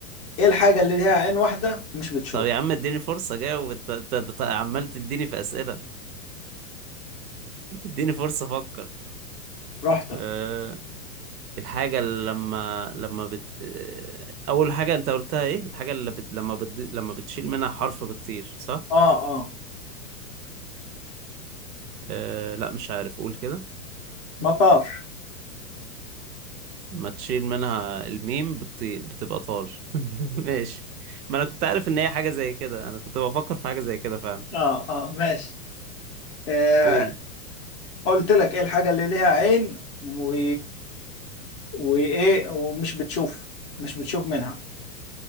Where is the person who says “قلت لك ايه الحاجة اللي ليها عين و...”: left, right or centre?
Left